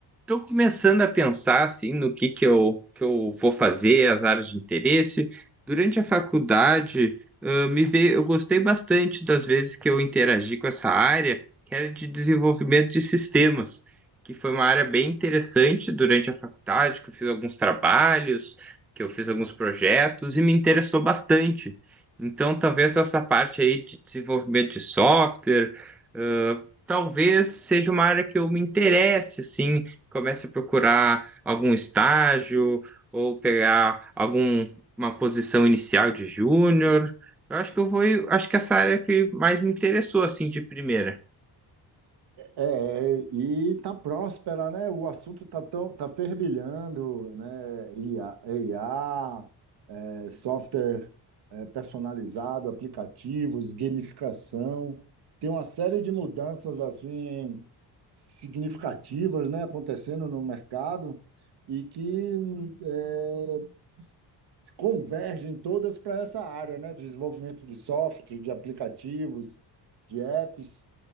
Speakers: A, in the centre; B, on the right.
A: Estou começando a pensar assim no que que eu, que eu vou fazer, as áreas de interesse. Durante a faculdade, ah, me veio, eu gostei bastante das vezes que eu interagi com essa área, que era de desenvolvimento de sistemas, que foi uma área bem interessante durante a faculdade, que eu fiz alguns trabalhos, que eu fiz alguns projetos e me interessou bastante. Então, talvez essa parte aí de desenvolvimento de software, ah, talvez seja uma área que eu me interesse, assim comece a procurar algum estágio ou pegar alguma posição inicial de júnior. Eu acho que eu vou, acho que essa área que mais me interessou assim de primeira.
B: é, e tá próspera, né? O assunto tá tão tá fervilhando, né? I a é, software é, personalizado, aplicativos, gamificação. Tem uma série de mudanças assim significativas, né, acontecendo no mercado e que é, convergem todas para essa área, né, de desenvolvimento de software, de aplicativos, de apps.